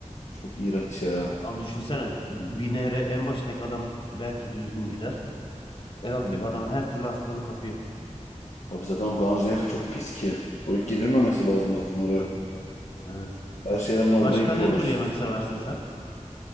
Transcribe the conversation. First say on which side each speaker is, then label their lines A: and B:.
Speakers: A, on the left (about 70°); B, on the left (about 45°).
A: Çok iğrenç ya.
B: Abi düşünsene. bi- Bir nehre en başındaki adam belki düzgün gider. En alttaki
A: Hmm.
B: adam her türlü hastalığı kapıyor.
A: Abi zaten o Ganjiner de çok pis ki. O girilmemesi lazım zaten
B: <clears throat>
A: oraya.
B: Evet.
A: Her şeylerini
B: Başka
A: orada yıkıyorlar.
B: ne tür yemek seversin sen?